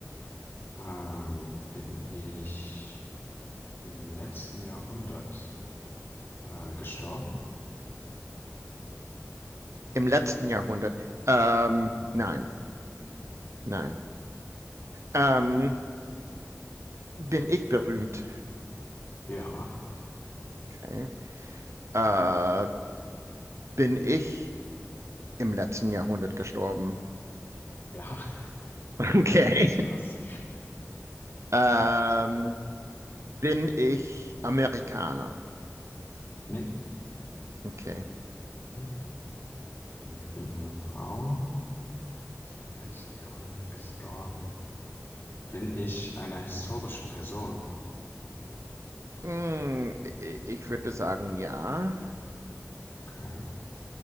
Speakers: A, on the left; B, on the right.
A: Ähm, bin ich im letzten Jahrhundert äh, gestorben?
B: Im letzten Jahrhundert. Ähm,
A: Mhm.
B: nein, nein. Ähm, bin ich berühmt?
A: Ja,
B: Okay. Äh, bin ich im letzten Jahrhundert gestorben? <laughs>
A: ja, <laughs>
B: Okay.
A: das.
B: Ähm, bin ich Amerikaner?
A: Nee,
B: Okay.
A: okay, ich bin eine Frau. Ist im letzten Jahrhundert gestorben. Bin ich eine historische Person?
B: Mm, i- ich würde sagen, ja.
A: Okay.